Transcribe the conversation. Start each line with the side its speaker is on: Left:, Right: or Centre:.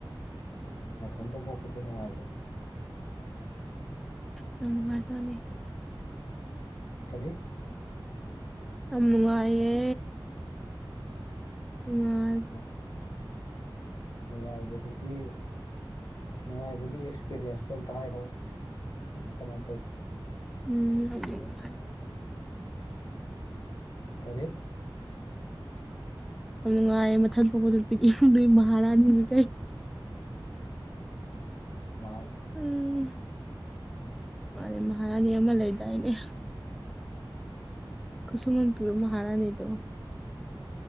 Left: ꯅꯊꯟꯇ ꯄꯣꯛꯄꯁꯦ ꯅꯨꯡꯉꯥꯏꯕ꯭ꯔꯥ
Centre: ꯌꯥꯝ ꯅꯨꯉꯥꯏꯖꯥꯅꯤ
Left: ꯀꯔꯤ
Centre: ꯌꯥꯝ ꯅꯨꯡꯉꯥꯏꯌꯦ ꯅꯨꯡꯉꯥꯏ
Left: ꯑ ꯅꯨꯡꯉꯥꯏꯕꯗꯒꯤ ꯅꯨꯡꯉꯥꯏꯕꯒꯤ ꯑꯦꯛꯁꯄꯤꯔꯤꯌꯦꯟꯁꯇꯣ ꯑꯝꯇ ꯍꯥꯏꯔꯛꯑꯣ ꯀꯃꯥꯏ ꯀꯃꯥꯏꯅ ꯇꯧ
Centre: ꯎꯝ
Left: ꯀꯔꯤ
Centre: ꯌꯥꯝ ꯅꯨꯡꯉꯥꯏꯌꯦ ꯃꯊꯜ ꯄꯣꯛꯄ ꯅꯨꯄꯤꯗꯤ ꯏꯐꯨꯟꯗꯩ ꯃꯍꯥꯔꯥꯅꯤ ꯗꯩꯩ
Left: ꯋꯥ <unintelligible>
Centre: ꯎꯝ ꯃꯥꯅꯦ ꯃꯍꯥꯔꯥꯅꯤ ꯑꯃ ꯂꯩꯗꯥꯏꯅꯦ ꯈꯨꯁꯨꯨꯝꯜ ꯄꯤꯕ ꯃꯍꯥꯔꯥꯅꯤꯗꯣ